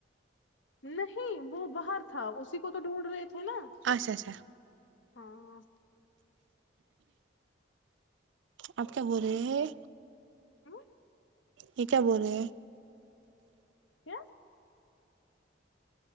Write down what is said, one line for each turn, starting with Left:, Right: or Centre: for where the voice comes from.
Left: نہیں وہ باہر تھا اسی کو تو ڈھونڈ رہے تھے نا
Right: اچھا اچھا
Left: ہاں
Right: آپ کیا بول رہے ہیں
Left: ہوں،
Right: یہ کیا بول رہے
Left: کیا